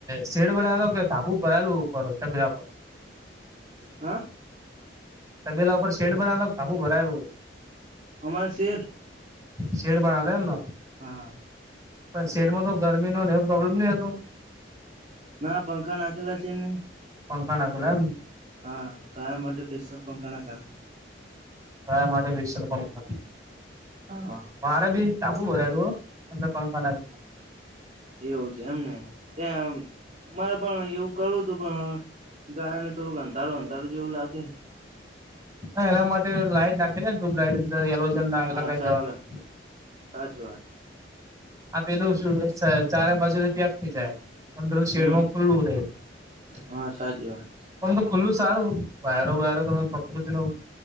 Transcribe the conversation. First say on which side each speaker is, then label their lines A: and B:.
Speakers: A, on the right; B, on the right.
A: શેડ બનાયલો કે ધાબુ ભરાયલું ઉપર તબેલા પર?
B: હા.
A: તબેલા ઉપર શેડ બનાયલો ક ધાબુ ભરાયલું?
B: અમારે સેડ.
A: શેડ બનાવેલો એમ ન.
B: હા.
A: પણ શેડમાં તો ગરમીનો ન એવો પ્રોબ્લેમ નઈ હોતો.
B: ના, પંખા નાખેલા છે ને.
A: પંખા નાખેલા એમ ને.
B: હા, ગાયો માટે સ્પેશિયલ પંખા નખાવ્યા.
A: ગાયો માટે પેશયલ પંખા.
B: હા.
A: મારે બી ધાબુ ભરાયલું હ અને પંખા નાખયા.
B: એવું છે એમને, તેમ અમારે પણ એવું કરુ તું પણ ગાય ને થોડુંક અંધારું અંધારું જેવું લાગે હે
A: હા એના માટે લાઈટ નાખે છે ને. ટ્યુબલાઈટ અંદર એલોજન બલ્બ
B: હા
A: લગાઈ
B: સાચી
A: દેવાનું.
B: વાત સાચી વાત
A: આ પેલું શું ચારે બાજુથી ત્યાગ થઇ જાય. અંદર શેડમાં
B: હમ
A: ખુલ્લું રહે
B: હા સાચી વાત
A: ઓમ તો ખુલ્લું સારું વાયરો વાયરો તમે પકડું જ નો